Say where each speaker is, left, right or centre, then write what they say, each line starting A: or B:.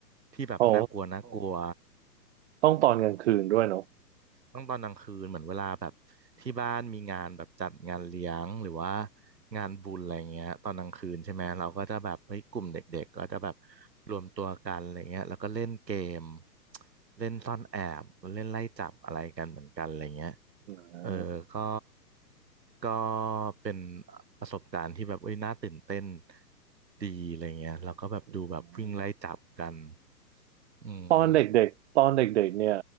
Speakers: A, on the right; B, on the right.
A: ที่แบบน่ากลัวน่ากลัว
B: โอ้ต้องตอนกลางคืนด้วยเนาะ
A: ต้องตอนกลางคืนเหมือนเวลาแบบที่บ้านมีงานแบบจัดงานเลี้ยงหรือว่างานบุญอะไรเงี้ยตอนกลางคืนใช่ไหมเราก็จะแบบเฮ้ยกลุ่มเด็กๆก็จะแบบรวมตัวกันอะไรเงี้ยแล้วก็เล่นเกมเล่นซ่อนแอบเล่นไล่จับอะไรกันเหมือนกันอะไรเงี้ย
B: อ่า
A: เออก็ก็เป็นประสบการณ์ที่แบบเอ้ยน่าตื่นเต้นดีอะไรเงี้ยเราก็แบบดูแบบวิ่งไล่จับกัน
B: อืม
A: อืม
B: ตอนเด็กๆตอนเด็กๆเนี่ย